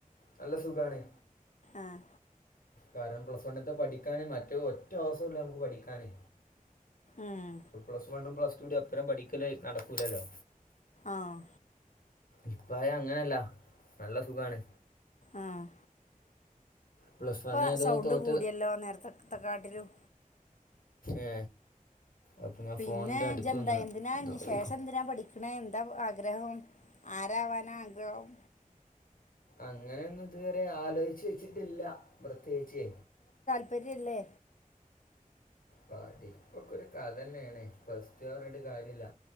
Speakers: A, on the left; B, on the left.
A: നല്ല സുഖാണ്
B: ആഹ്
A: കാരണം പ്ലസ് വണ്ണത്തെ പഠിക്കാന് മറ്റ് ഒറ്റസം നമക്ക് പഠിക്കാന്
B: ഉം.
A: പ്ലസ് വണ്ണും പ്ലസ് ന്റെപ്പറം പഠിക്കല് നടക്കൂലല്ലോ
B: ആഹ്
A: ഇപ്പായ അങ്ങനല്ല നല്ല സുഖാണ്
B: ആഹ്
A: പ്ലസ്
B: ഇപ്പൊ
A: വൺ ഏതോ
B: സൗണ്ട്
A: തോറ്റ
B: കൂടിയല്ലോ നേരത്തെത്തെ കാട്ടിലും
A: ഏ അപ്പം ഞാൻ
B: പിന്നെ
A: ഫോണിൻ്റെ അടുത്ത്
B: ജ് എന്താ
A: വന്ന്
B: എന്തിനാ
A: അത്
B: ഇനി
A: വായിക്കും
B: ശേഷം എന്തിനാ പഠി ന്നെ എന്താ ആഗ്രഹം ആരാവാനാ ആഗ്രഹം
A: അങ്ങനെന്നും ഇതുവരെ ആലോചിച്ചു വെച്ചിട്ടില്ല പ്രത്യേകിച്ച്
B: പ്പര്യല്ലേ
A: പഠിപ്പൊക്കൊ ഒരു കഥന്നെണ് പ്ലസ് ടു പറഞ്ഞിട്ട് കാര്യല്ല